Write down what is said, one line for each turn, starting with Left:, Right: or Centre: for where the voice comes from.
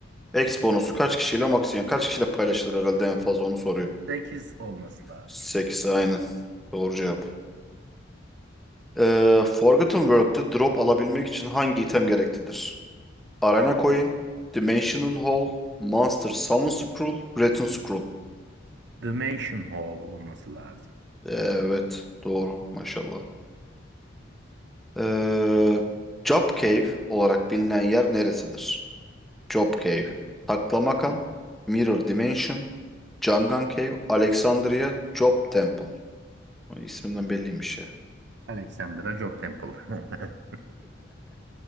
Centre: X bonusu kaç kişiyle maksimum? Yani kaç kişiyle paylaşılır herhalde en fazla onu soruyor.
Right: 8 olması lazım.
Centre: Sekiz aynen. Doğru cevap. Ee, Forgotten World'de drop alabilmek için hangi item gereklidir? Arena Coin, Dimension Hall, Monster Summon Scroll, Return Scroll.
Right: Dimension Hall olması lazım.
Centre: Evet, doğru maşallah. Ee, Job Cave olarak bilinen yer neresidir? Job Cave, Taklamakan, Mirror Dimension, Jangan Cave, Alexandria, Job Temple. Ay, İsminden belliymiş ya.
Right: Alexandra Job Temple. <laughs>